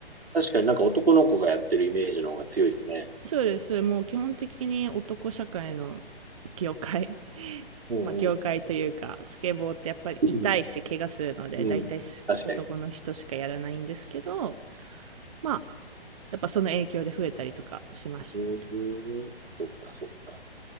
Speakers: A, on the right; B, on the right.
A: 確かになんか男の子がやってるイメージの方が強いですね。
B: そうです。それもう基本的に男社会の業界 <laughs>。
A: うんうん。
B: まあ、業界というか、スケボーってやっぱり痛いし、
A: うん、
B: 怪我するので、
A: うん。
B: 大体い男の人しかやらないんですけど、
A: 確かに。
B: まあ、やっぱその影響で増えたりとかしましたね。
A: うん、そっか、そっか。